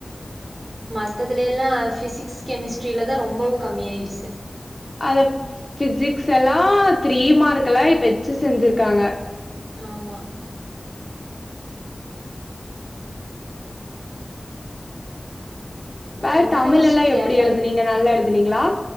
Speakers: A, on the right; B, on the left.
A: மத்ததுல எல்லா பிசிக்ஸ் கெமிஸ்ட்ரியில தா ரொம்பவு கம்மியாயிடுச்சு
B: அத பிசிக்ஸ் எல்லா த்ரீ மார்க்லே வெச்சி செஞ்சிருகாங்க
A: ஆமா
B: வேர
A: என்னென்ன
B: தமிழ்லலா
A: கொஸ்டின்
B: எப்டி
A: கேட்டாங்
B: எழுதினீங்க நல்லா எழுதினீங்களா